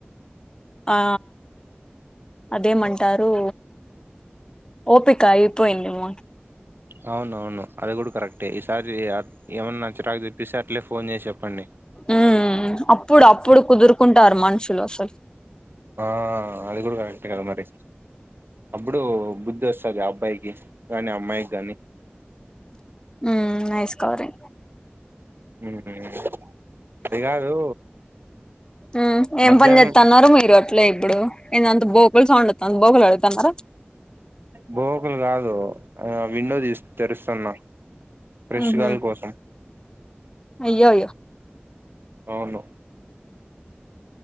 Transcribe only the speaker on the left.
ఆ అదేమంటారు ఓపిక అయిపోయింది ఇమ్మ
ఉమ్ అప్పుడు అప్పుడు కుదురుకుంటారు మనుషులు అసలు
ఉమ్ నైస్కవరీ
మ్ ఏం
పని చెత్తన్నారు మీరు అట్లే ఇప్పుడు ఇదంత బోకులు సౌండ్ వత్తంది బోకులు కడుగుతన్నారా
ఉహు
అయ్యో అయ్యో